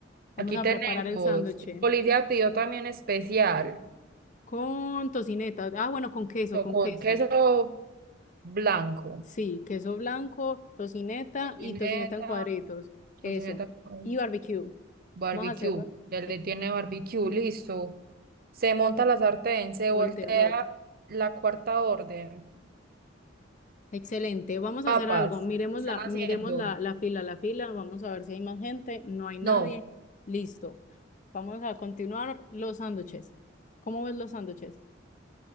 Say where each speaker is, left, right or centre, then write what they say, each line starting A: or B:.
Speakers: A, on the left; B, on the right.
A: Vamos
B: Aquí
A: a
B: tenemos.
A: preparar el sándwich
B: El policía pidió también especial.
A: con tocineta. Ah, bueno, con queso,
B: no
A: con
B: con
A: queso.
B: queso blanco,
A: Sí, queso blanco, tocineta
B: tocineta,
A: y tocineta en cuadritos. Eso.
B: tocineta con
A: Y barbecue.
B: barbecue.
A: Vamos a hacerla.
B: Ya le
A: Eh,
B: tiene barbecue, listo. Se monta la sartén, se
A: Voltea
B: voltea
A: lo otro.
B: la cuarta orden.
A: Excelente. Vamos
B: Papas,
A: a hacer algo. Miremos
B: ¿qué están
A: la,
B: haciendo?
A: miremos la, la fila, la fila. Vamos a ver si hay más gente. No hay nadie.
B: No,
A: Listo. Vamos a continuar los sándwiches. ¿Cómo ves los sándwiches?